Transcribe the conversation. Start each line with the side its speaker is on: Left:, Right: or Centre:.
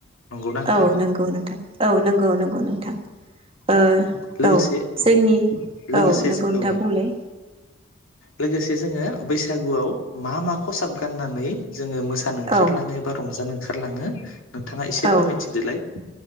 Left: नंगौना नोंथां
Right: औ नंगौ नोंथां औ। औ नंगौ नंगौ नोंथां। ओ
Left: लोगोसे
Right: औ
Left: औ
Right: जोंनि
Left: लोगोसे
Right: औ नंगौ नोंथांङा
Left: औ
Right: बुंलाय।
Left: लोगोसे जोंङो बैसागुआव मा मा खसाब गाननानै जोंङो मोसानो ओंखारलांङो
Right: औ
Left: एबा रंजानो ओंखारलाङो नोंथाङा एसे
Right: औ
Left: फोरमायथिदोलाय।